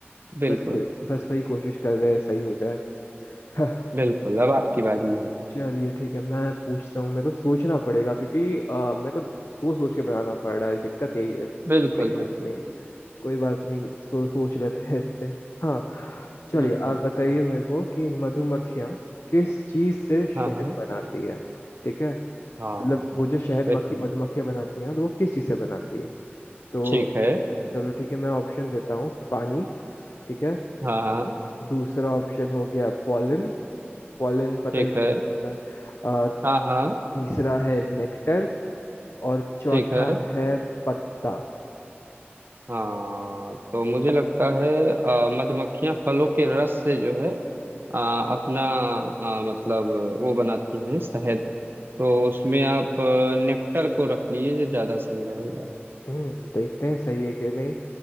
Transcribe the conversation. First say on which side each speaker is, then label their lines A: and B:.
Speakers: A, on the right; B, on the left.
A: बिल्कुल
B: बस वही बस वही कोशिश कर रहे हैं सही हो जाए हाँ,
A: बिल्कुल अब आपकी बारी है
B: चलिए ठीक है मैं पूछता हूँ मेरे को सोचना पड़ेगा क्योंकि अ, मेरे को सोच सोच के बनाना पड़ रहा है दिक्कत यही है
A: बिल्कुल
B: बात
A: बिल्कुल
B: नहीं कोई बात नहीं सो, सोच लेते हैं इस पे हाँ चलिए
A: बिल्कुल
B: आप बताइए मेरे को कि मधुमक्खियाँ किस चीज से शहद
A: हाँ हाँ
B: बनाती है ठीक है मतलब
A: हाँ हाँ,
B: वो जो शहद
A: बिल्कुल
B: मक्खी मधुमक्खियाँ बनाती है ना तो वो किस चीज से बनाती है तो
A: ठीक है
B: चलो ठीक है मैं ऑप्शन देता हूँ पानी ठीक है
A: हाँ हाँ
B: दूसरा ऑप्शन हो गया पॉलन पॉलन पता
A: ठीक
B: ही होगा
A: है
B: क्या होता है अ,
A: हाँ हाँ
B: तीसरा है नेक्टर और चौथा
A: ठीक है
B: है पत्ता
A: हाँ तो मुझे लगता है अ, मधुमक्खियां फलों के रस से जो है अ, अपना अ, मतलब वो बनाती हैं शहद तो उसमें आप अ, नेक्टर को रख लीजिए जो ज्यादा सही रहेगा
B: हम्म देखते हैं सही है कि नहीं